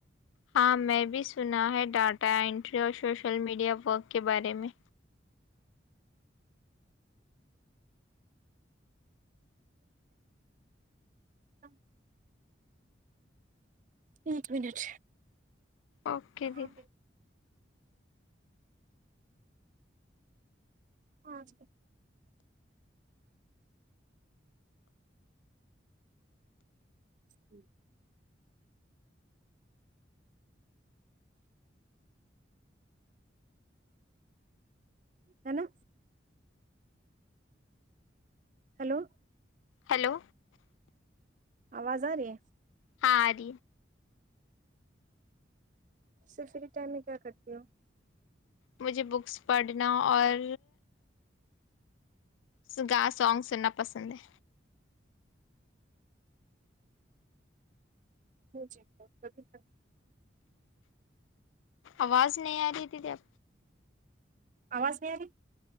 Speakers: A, on the left; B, on the right.
A: ہاں میں بھی سنا ہے ڈاٹا انینٹری اور سوشل میڈیا ورک کے بارے میں
B: ہ ایک منٹ
A: اوکے
B: کہاں
A: جی
B: پہ ہاں اس ہی ہے نا ہلو
A: ہلو
B: آواز آ ری
A: ہاں ج
B: اسر فری ٹائم میں کیا کرتی ہوں
A: مجھے بکس پڑھنا اور سگا سانگ سننا پسند ہے
B: ج جی ب ک کر <unintelligible>
A: آواز نہیں آ رہی تھی ت اب
B: آواز اری